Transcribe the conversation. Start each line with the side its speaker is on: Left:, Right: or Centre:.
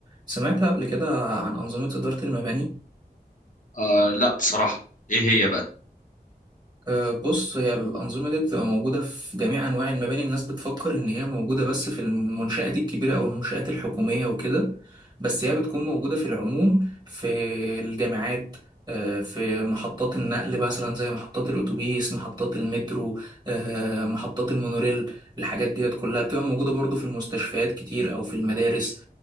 Right: سمعت قبل كده عن أنظمة إدارة المباني
Left: آه لا بصراحة ايه هي بقى
Right: أه، بص هي الأنظمة دي بتبقى موجودة في جميع أنواع المباني الناس بتفكر إن هي موجودة بس في المنشآت الكبيرة أو المنشآت الحكومية وكده بس هي بتكون موجودة في العموم في الجامعات أه، في محطات النقل مثلا زي محطات الأتوبيس محطات المترو أه، محطات المونوريل الحاجات ديت كلها بتبقى موجودة برضو في المستشفيات كتير أو في المدارس